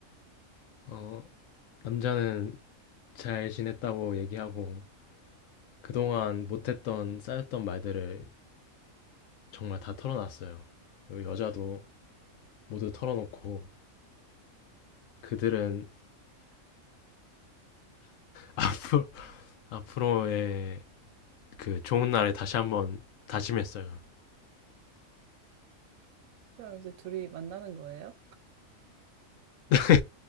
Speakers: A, on the left; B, on the right.
A: 어, 남자는 잘 지냈다고 얘기하고 그동안 못했던 쌓였던 말들을 정말 다 털어놨어요. 그리고 여자도 모두 털어놓고 그들은 앞으로 <laughs> 앞으로의 그 좋은 날에 다시 한번 다짐했어요.
B: 그럼 이제 둘이 만나는 거예요?
A: <laughs>